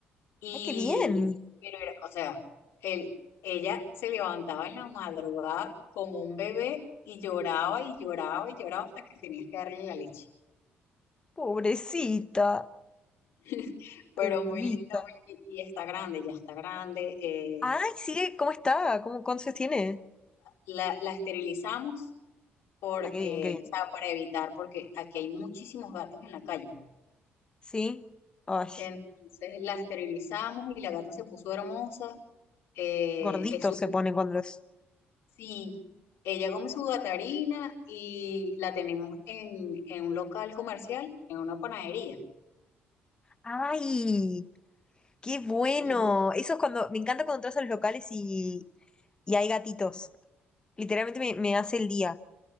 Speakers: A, on the left (about 80°); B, on the left (about 20°).
A: Y,
B: Ay, qué bien.
A: pero era- o sea, él, ella se levantaba en la madrugada como un bebé y lloraba y lloraba y lloraba hasta que tenías que darle la leche.
B: Pobrecita,
A: <laughs> Pero
B: bebita.
A: muy linda, muy li- y está grande, ya está grande. eh,
B: Ay, sigue, ¿cómo está? ¿Cómo, cuántos años tiene?
A: la, la esterilizamos porque,
B: Ah, qué bien, qué bien.
A: o sea, para evitar, porque aquí hay muchísimos gatos en la calle.
B: Sí. Ay,
A: Entonces la esterilizamos y la gata se puso hermosa. eh,
B: gorditos
A: es
B: se ponen cuando los...
A: Sí, ella come su gatarina y la tenemos en, en un local comercial, en una panadería.
B: ¡Ay! Qué bueno.
A: Y
B: Eso es cuando, me encanta cuando entras a los locales y, y hay gatitos. Literalmente me, me hace el día.